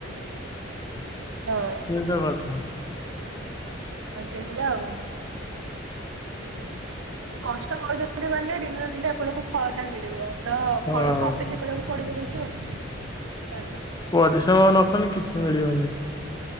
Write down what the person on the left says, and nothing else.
ସେ ବାଥା <inaudible>
ହଁ
-ପରିଶ୍ରମ ନକଲେ କିଛି ମିଳିବନି